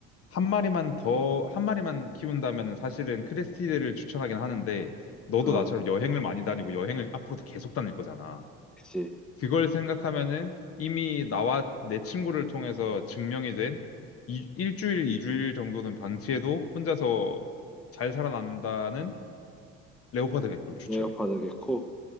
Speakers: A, on the left; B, in the centre.
A: 한 마리만 더, 한 마리만 키운다면 사실은 크레스티드를 추천하긴 하는데, 너도
B: 아,
A: 나처럼 여행을 많이 다니고 여행을 앞으로도 계속 다닐 거잖아.
B: 그치.
A: 그걸 생각하면은 이미 나와 내 친구를 통해서 증명이 된 이- 일주일, 이주일 정도는 방치해도 혼자서 잘 살아난다는 레오파드 개크를 추천해.
B: 레오파드겠고,